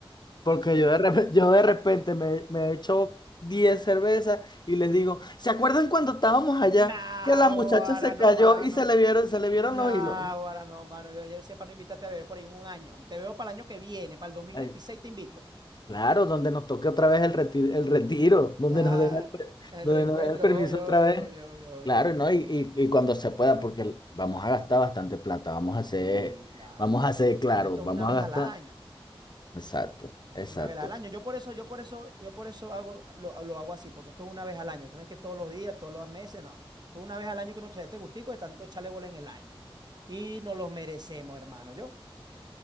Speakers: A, on the left; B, on the right.
A: Porque yo de repente, yo de repente me, me echo 10 cervezas y les digo, ¿se acuerdan cuando estábamos allá
B: Nah,
A: que a la
B: ahora
A: muchacha se cayó
B: no, mano.
A: y se le vieron, se le vieron
B: Nah,
A: los hilos?
B: ahora no, mano. Yo, yo sé para no invitarte a beber por ahí un año. Te veo para el año que viene, para el dos mil
A: Ay,
B: veintiséis te invito.
A: claro, donde nos toque otra vez el retiro, el retiro,
B: <laughs>
A: donde
B: Ah,
A: nos den el, per-
B: el
A: donde
B: reencuentro,
A: nos den el permiso
B: yo,
A: otra
B: yo,
A: vez.
B: yo, yo,
A: Claro,
B: yo.
A: ¿no? Y, y, y cuando se pueda, porque vamos a gastar bastante plata, vamos a hacer,
B: Sí, claro.
A: vamos a hacer claro,
B: Pero esto
A: vamos
B: es una vez
A: a gastar.
B: al año.
A: Exacto, exacto.
B: Esto es Una vez al año. Yo por eso, yo por eso, yo por eso hago, lo, lo hago así, porque esto es una vez al año. Esto no es que todos los días, todos los meses, no. Esto es una vez al año que nos te dé este gustico de tanto echarle bola en el año. Y nos los merecemos, hermano. Yo.